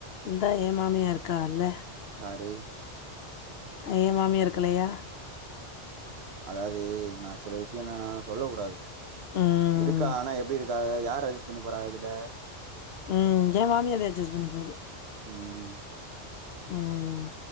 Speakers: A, on the left (about 65°); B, on the right (about 65°).
A: இந்த ஏ மாமியா இருக்காகல்ல
B: யாரு
A: ஏ மாமியா இருக்கலையா
B: அதாவது நா சில விஷயம்னா சொல்லக் கூடாது
A: ம்
B: இருக்கா ஆனா எப்படி இருக்கா யார் அட்ஜஸ்ட் பண்ணி போறா அதுல
A: உம் என் மாமிய அத அட்ஜஸ்ட் பண்ணி போகுது
B: உம்
A: ம்